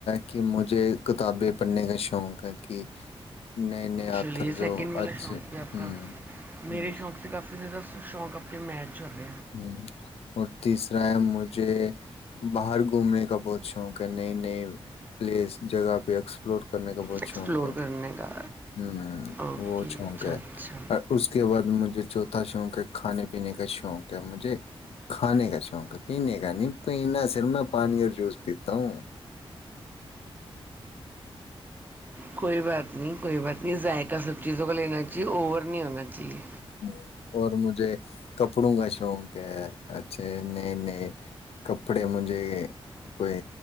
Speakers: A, on the left; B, on the right.
A: کہ مجھے کتابیں پڑھنے کا شوق ہے کہ نئے نئے
B: چلیے
A: آتھر جو
B: سیکنڈ والا
A: اچھے
B: شوق سے آپ
A: ہ
B: کا میرے
A: ہ
B: شوق سے کافی زیادہ شوق اپنے میچ ہو رہ
A: ہ اور تیسرا ہے مجھے باہر گھومنے کا بہت شوق ہے نئی نئی پلیس جگہ پہ ایکسپلور کرنے کا بہت
B: ایکسپلور
A: شوق ہے
B: کرنے کا
A: ہ
B: اوکے
A: وہ
B: اچھا
A: شوق ہے
B: اچھا
A: اور اس کے بعد مجھے چوتھا شوق کا کھانے پینے کا شوق مجھے کھانے کا شوق ہے پینے کا نہیں پیین صر میں پانی اور جوس پیتا ہوں
B: کوئی بات نہیں کوئی بات نہیں ذائقہ سب چیزوں کو لینا چاہیے اوور نہیں ہونا چاہیے
A: ہ اور مجھے کپڑوں کا شوق ہے اچھے نئے نئے کپڑے مجھے کوئی